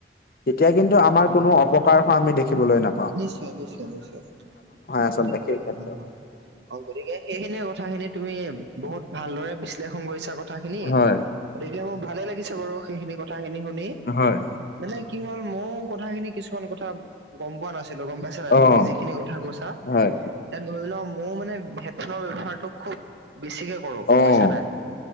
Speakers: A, on the left; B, on the right.
A: তেতিয়া কিন্তু আমাৰ কোনো অপকাৰ হোৱা আমি দেখিবলৈ না
B: নিশ্চয়, নিশ্চয়, নিশ্চয়,
A: আচলতে
B: <unintelligible>
A: সেই ক্ষেত্ৰত
B: অ', গতিকে সেইখিনিয়ে কথাখিনি তুমি বহুত ভালদৰে বিশ্লেষণ কৰিছা ক থাখিনি,
A: হয়
B: গতিকে মোৰ ভালে লাগিছে বাৰু সেইখিনি কথাখিনি শুনি।
A: হয়
B: মানে কি হ'ল মইও কথাখিনি কিছুমান কথা গম পোৱা নাছিলো গম পাইছা নাই
A: অঁ
B: তুমি যিখিনি কথা কৈছা।
A: হয়
B: এতিয়া ধৰি লও মোৰ মানে হেডফোনৰ ব্যৱহাৰটো খুব বেছিকে কৰো, গম
A: অঁ
B: পাইছা নাই?